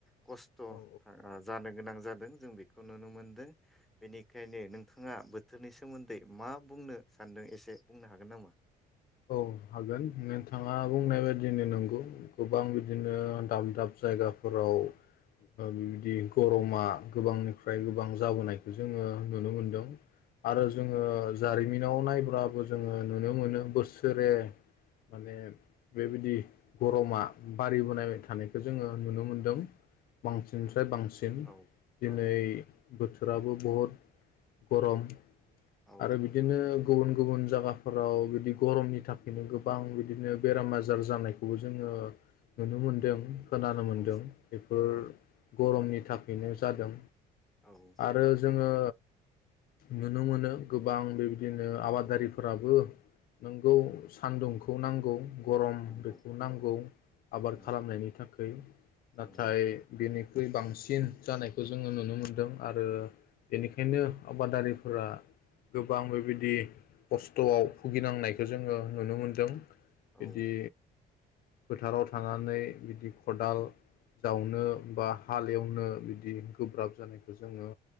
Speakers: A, in the centre; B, on the left.
A: खस्थ' ओ
B: औ
A: जानो गोनां जादों जों बे खौ नुनो मोनदों बेनिखायनो नोंथाङा बोथोरनि सोमोन्दै मा बुंनो सानदों एसे बुंनो हागोन नामा?
B: औ हागोन नोंथाङा बुंनाय बायदिनो नंगौ गोबां बिदिनो दाब दाब जायगाफोराव ओ बिबदि गरमा गोबांनिफ्राय गोबां जाबोनायखौ जोङो नुनो मोनदों आरो जोङो जारिमिनाव नायब्लाबो जोङो नुनो मोनो बोस सोरे माने बेबिदि गरमा बारि बोनायबाय थानायखौ जोङो नुनो मोन्दों बांसिन स फ्राय बांसिन
A: औ
B: दिनै
A: औ
B: बोथोराबो बहुद गरम
A: औ
B: आरो बिदिनो गुबुन गुबुन जागाफोराव बिदि गरमनि थाखायनो गोबां बिदिनो बेराम आजार जानायखौबो जोङो नुनो मोनदों। खोनानो मोनदों
A: औ
B: बेफोर
A: औ
B: गरमनि थाखैनो जादों
A: औ
B: आरो जोंङो नुनो मोनो गोबां बेबिदिनो आबादारिफोराबो नोंगौ सान्दुंखौ नांगौ गरम
A: नंगौ
B: बेखौ नांगौ
A: औ
B: आबाद
A: नंगौ
B: खालामनायनि थाखाय
A: नंगौ
B: नाथाय बेनि ख्रुइ बांसिन जानायखौ जोंङो नुनो मोन्दों। आरो बेनिखायनो आबादारिफोरा गोबां बेबिदि खस्थ'आव गिनांनायखो जोंङो नुनो मोनदों। बिदि
A: औ
B: फोथाराव थानानै बिदि खदाल जावनो बा हाल एवनो बिदि गोब्राब जानायखौ जोंङो